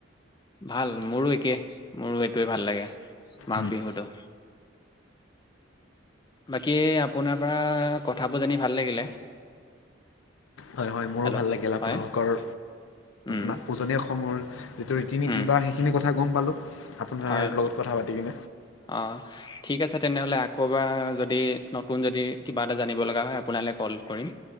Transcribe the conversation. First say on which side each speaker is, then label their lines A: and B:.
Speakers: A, on the left; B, on the left.
A: ভাল মোৰো একে মোৰো এইটোৱে ভাল লাগে। মাঘ
B: উম।
A: বিহুটো। বাকী আপোনাৰ পৰা কথাবোৰ জানি ভাল লাগিলে।
B: হয়, হয়। মোৰো
A: হেল্ল'
B: ভাল লাগিল আপোনালোকৰ
A: হয় উম
B: না উজনি অসমৰ যিটো ৰীতি নীতি
A: উম
B: বা সেইখিনি কথা। কথা গম পালোঁ। আপোনাৰ
A: হয়
B: লগত কথা পাতি কিনে।
A: অ' ঠিক আছে। তেনেহ'লে আকৌ এবাৰ যদি নতুন যদি কিবা এটা জানিব লগা হয় আপোনালৈ কল কৰিম।